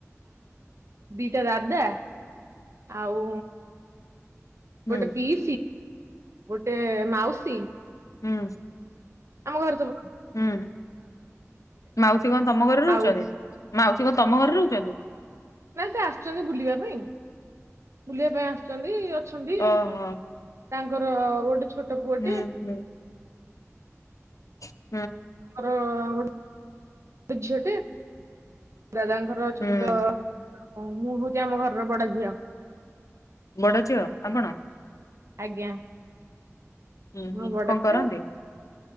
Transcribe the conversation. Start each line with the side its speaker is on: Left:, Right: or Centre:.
Right: ଦି ଟା ଦାଦା। ଆଉ
Left: ହୁଁ
Right: ଗୋଟେ ପିସି, ଗୋଟେ ମାଉସୀ।
Left: ହୁଁ
Right: ଆମ ଘର
Left: ହୁଁ ମାଉସୀ କଣ ତମ ଘରେ ରହୁଛନ୍ତି?
Right: ଆଉ
Left: ମାଉସୀ କଣ ତମ ଘରେ ରହୁଛନ୍ତି?
Right: ନାଇ ସେ ଆସିଛନ୍ତି ବୁଲିବା ପାଇଁ। ବୁଲିବା ପାଇଁ ଆସିଛନ୍ତି ଅଛନ୍ତି,
Left: ଓହୋ
Right: ତାଙ୍କର ଗୋଟେ ଛୋଟ ପୁଅଟେ
Left: ହୁଁ ହୁଁ। <inaudible>
Right: ମର ଗୋଟେ ଝିଅଟେ। ଦାଦାଙ୍କର ଛୋଟ
Left: ହୁଁ
Right: ଛୋଟ, ମୁଁ ହଉଛି ଆମ ଘରର ବଡ ଝିଅ।
Left: ବଡ଼ ଝିଅ ଆପଣ?
Right: ଆଜ୍ଞା।
Left: ହୁଁ
Right: ମୋ
Left: ହୁଁ
Right: ବଡ
Left: କଣ
Right: ଝିଅ
Left: କରନ୍ତି?